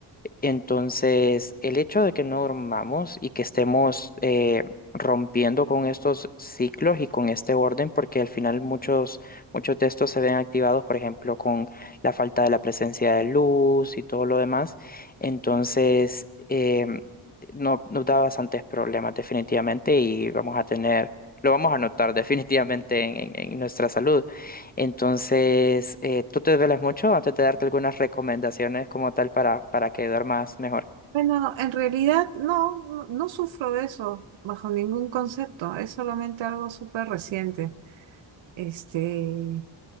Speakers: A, on the left (about 20°); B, on the right (about 75°).
A: Entonces, el hecho de que no dormamos y que estemos eh, rompiendo con estos ciclos y con este orden, porque al final muchos, muchos de estos se ven activados, por ejemplo, con la falta de la presencia de luz y todo lo demás, entonces eh, no, nos da bastantes problemas definitivamente y vamos a tener, lo vamos a notar <laughs> definitivamente en en- en nuestra salud. Entonces, eh, ¿tú te duermes mucho? Antes de darte algunas recomendaciones como tal para, para que duermas mejor.
B: Bueno, en realidad no, no, no sufro de eso bajo ningún concepto, es solamente algo súper reciente, este,